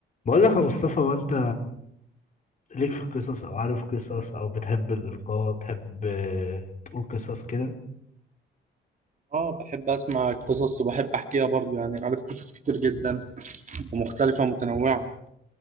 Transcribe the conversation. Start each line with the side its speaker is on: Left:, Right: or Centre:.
Left: بقول لك يا مصطفى وانت ليك في القصص او عارف قصص او بتحب الالقاء بتحب آه، تقول قصص كده
Right: اه بحب اسمع قصص وبحب احكيها برضو يعني عارف قصص كتير جدا ومختلفه ومتنوعه